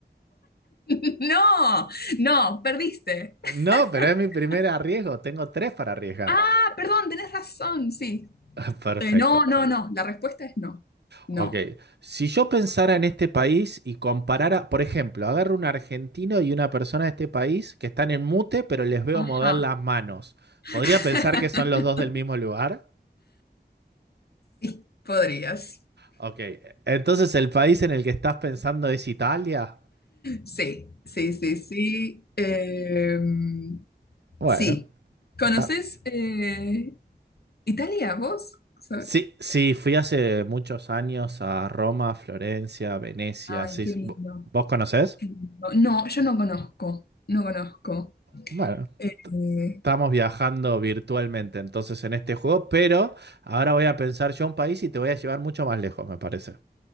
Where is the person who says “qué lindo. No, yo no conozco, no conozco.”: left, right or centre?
Left